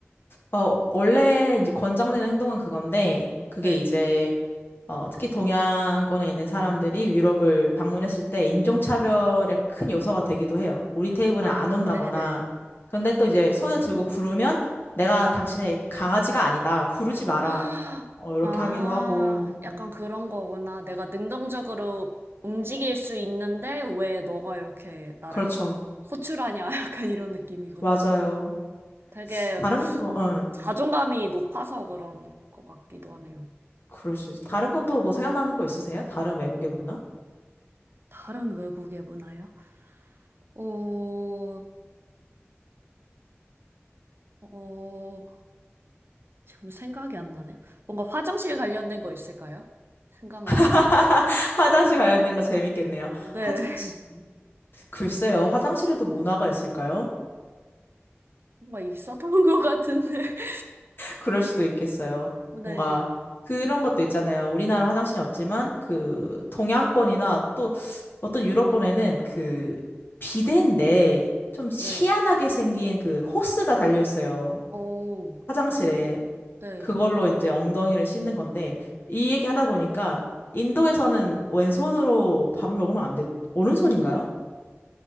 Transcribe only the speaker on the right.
네.
아,
네네.
아,
아,
약간 그런 거구나. 내가 능동적으로 움직일 수 있는데 왜 너가 이렇게 나를
호출하냐? <laughs> 약간 이런 느낌이구나.
되게
자존감이 높아서 그런 것 같기도 하네요.
다른 외국의 문화요? 어, 어, 지금 생각이 안 나네요. 뭔가 화장실 관련된 거 있을까요? 생각나시는
거?
네,
<laughs>
뭔가 있었던 것 같은데. <laughs>
네,
네.
오,
네.